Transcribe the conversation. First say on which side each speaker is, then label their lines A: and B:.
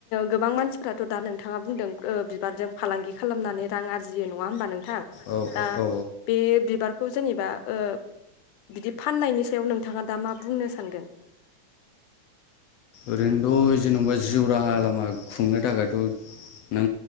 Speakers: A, on the left; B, on the left.
A: गोबां मानसिफ्राथ' दा नोंथाङा बुंदों बिबारजों फालांगि खालामनानै रां आरजियो नङा होमबा नोंथां?
B: औ
A: दा
B: औ
A: बे बिबार खौ जेनेबा ओ बिदि फाननायनि सायाव नोंथाङा दा मा बुंनो सानगोन?
B: ओरैनोथ' जेन'बा जिउ राहा लामा खुंनो थाखायथ' नों